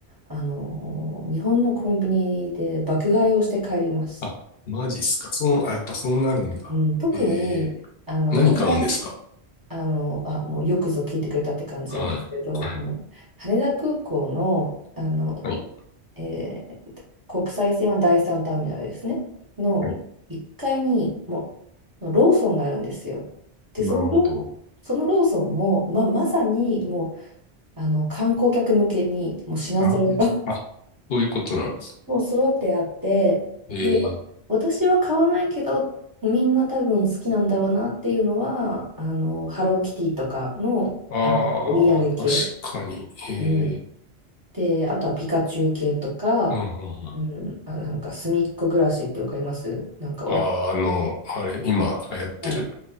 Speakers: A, on the right; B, on the left.
A: あの日本のコンビニで爆買いをして帰ります。
B: あ、マジっすか。そう、あ、やっぱそうなるんだ。
A: うん、特にあの羽田
B: ええ何買うんですか
A: あのあもうよくぞ聞いてくれたって感じなんですけどあの羽田空港の、
B: はい。はい。
A: あの、
B: はい。
A: えー国際線は第3ターミナルですねの1階にも
B: はい
A: うローソンがあるんですよ。でそのロー、
B: なるほど。
A: そのローソンも、まあ、まさにもうあの観光客向けにもう品揃えが
B: あーあ、そういうことなんです。
A: <laughs> もう揃ってあってで
B: えー。
A: 私は買わないけどみんな多分好きなんだろうなっていうのはあのハローキティとかの、
B: ああ、
A: あのお土産系、
B: 確かに。えー。
A: うん、であとはピカチュウ系とか、
B: うんうんうん。
A: うん、あなんかすみっこ暮らしってわかりますなんかお、
B: あー、あの、あれ、今流行ってる
A: はい、